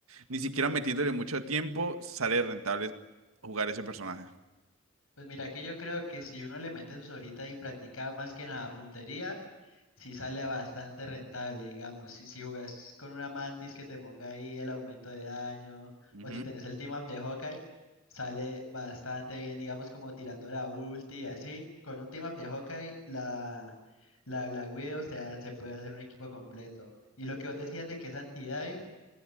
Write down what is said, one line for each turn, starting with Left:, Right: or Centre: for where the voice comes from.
Right: ni siquiera metiéndole mucho tiempo sale rentable jugar ese personaje.
Left: Pues mira que yo creo que si uno le mete sus horitas y practica más que nada puntería, sí sale bastante rentable, digamos. Si, si jugas con una mantis que te ponga ahí el aumento de daño,
Right: Ujú.
Left: o si tenés el team up de Hawkeye, sale bastante bien, digamos, como tirando la ulti y así. Con un team up de Hawkeye, la, la Black Widow, o sea, se puede hacer un equipo completo. Y lo que vos decías de que es anti-dive,